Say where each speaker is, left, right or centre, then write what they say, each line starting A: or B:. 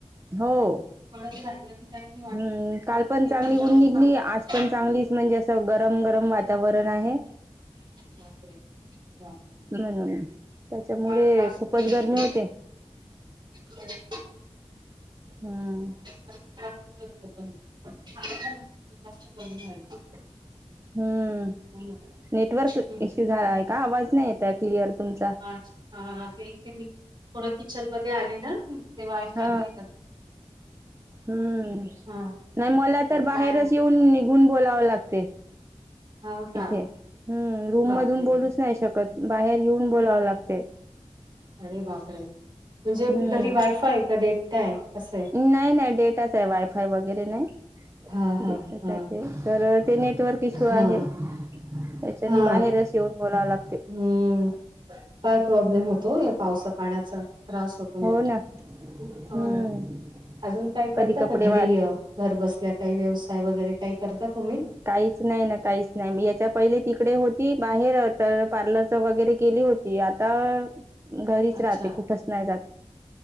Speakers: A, on the right (about 25°); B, on the right (about 45°).
A: हो.
B: पळत राहिलं की काही मी वाटत
A: हम्म
B: नाही. पडून
A: काल पण
B: घेऊन
A: चांगली
B: जाऊन
A: ऊन निघली
B: थांबलं
A: आज
B: की
A: पण चांगलीच म्हणजे असं गरम गरम वाता तावरण आहे
B: बापरे बाप
A: म्हणून त्याच्यामुळे
B: फार त्रास
A: खूपच
B: होतो मग
A: गरमी होते.
B: ते.
A: हम्म.
B: तर जास्त गरम <unintelligible>
A: हम्म
B: हो ना.
A: नेटवर्क
B: हम्म.
A: इश्यू झालाय का आवाज नाही येतय क्लिअर तुमचा
B: अच्छा हां ते इथे मी थोडं किचन मध्ये आले ना इथे वायफाय
A: हा
B: नाही <unintelligible>
A: हम्म
B: हा
A: नाही मला तर
B: काय
A: बाहेरच येऊन निघूनच बोलावं लागते
B: हो का
A: इथे हम्म रूम
B: बापरे
A: मधून बोलूच नाही शकत बाहेर येऊन बोलावं लागते.
B: अरे बापरे! म्हणजे घरी
A: हम्म
B: वायफाय आहे का डेटा आहे? कसं आहे?
A: नाही नाही डेटाच आहे वायफाय वगैरे नाही,
B: हा हा
A: डेटाच
B: हा
A: आहे ते. तर ते नेटवर्क इश्यू
B: हा
A: आहे त्याच्यानी
B: हा
A: बाहेरच येऊन बोलावं लाग
B: हम्म फार प्रॉब्लेम
A: हम्म
B: होतो या पावसा-पाण्याचा त्रास होत तो मग,
A: हो ना
B: हो
A: हम्म
B: ना, अजून काय करता
A: कधी कपडे
B: का घरी
A: वाच
B: घर बसल्या काही व्यवसाय वगैरे काय करता तुम्ही?
A: काहीच नाही ना काहीच नाही मी याच्या पहिले तिकडे होती बाहेर तर पार्लरच वगैरे केली होती आ ता घरीच
B: अच्छा
A: राहते कुठच नाही जात.